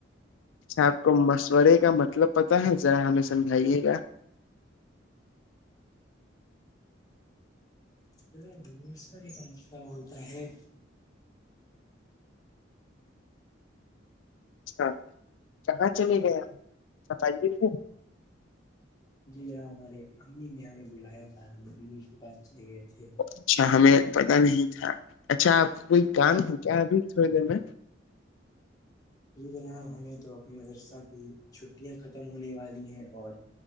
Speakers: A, on the left (about 85°); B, on the left (about 20°).
A: اچھا آپ کو مشورے کا مطلب پتا ہے ذرا ہمیں سمجھائیے گا
B: جاوزگاری کا مسئلہ ہوتا ہے
A: اچھا کہاں چلے گیا بتائیے کیا
B: جی جنا ہمارے امی نے ہمیں بلایا تھا ہم اس کے پاس چلے گئے تھے
A: اچھا ہمیں پتا نہیں تھا اچھا آپ کا کوئی کام ہو کیا ابھی تھوڑی دیر میں
B: جی جناب ہمیں تو اپنی مدرسہ کی چھٹیاں ختم ہونے والی ہیں اور